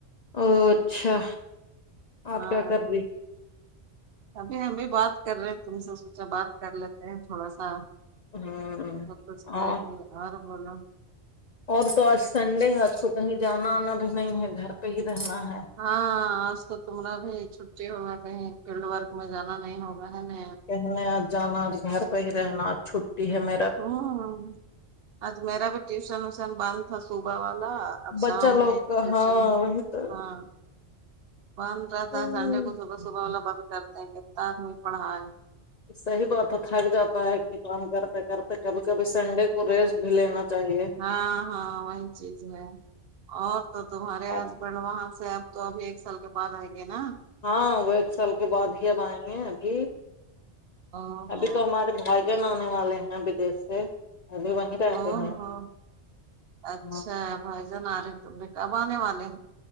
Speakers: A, on the left; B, on the right.
A: او اچھا آپ
B: ہاں
A: کیا کر ری
B: ابھی ہم بھی بات کر رہے ہیں تم سے سوچا بات کر لیتے ہیں تھوڑا سا
A: ہوں
B: سب کچھ
A: اور
B: کریں گے اور بولو
A: اور تو آج سنڈے ہے آج تو کہیں جانا آنا بھی نہیں ہے گھر پہ ہی رہنا ہے
B: ہاں آج تو تمارا بھی چھٹی ہوگا کہیں فیلڈ ورک میں جانا نہیں ہوگا ہے نہ
A: ہمیں آج جانا گھر پہ ہی رہنا چھٹی ہے ہم
B: ہاں آج میرا بھی ٹیوشن وسن بند تھا صبح والا اب
A: بچہ
B: شام
A: لوگ
B: میں
A: کا
B: ٹیوشن
A: ہاں
B: ہے
A: وہی تو
B: ہاں بند رہتا
A: ہوں،
B: ہے سنڈے کو صبح صبح والا بند کرتے ہیں کتتا آدمی پڑھا ہے
A: صحیح بات تو تھک جاتا ہے کہ کام کرتے کرتے کبھی کبھی سنڈے کو ریسٹ لینا چاہیے
B: ہاں ہاں وہی چیز ہے اور تو تمہارے
A: ہاں
B: ہسبینڈ وہاں سے اب تو ابھی ایک سال کے باد آئیں گے نہ
A: ہاں وہ ایک سال کے بعد ہی اب آئیں گے ابھی
B: او
A: ابھی
B: ہو
A: تو ہمارے بھائی جان آنے والے ہیں ودیش سے ابھی وہیں رہتے
B: او
A: ہیں
B: ہو
A: نا۔
B: اچھا
A: ہاں
B: بھائی جان آ رہے ہیں تم نے کب آنے والے ہیں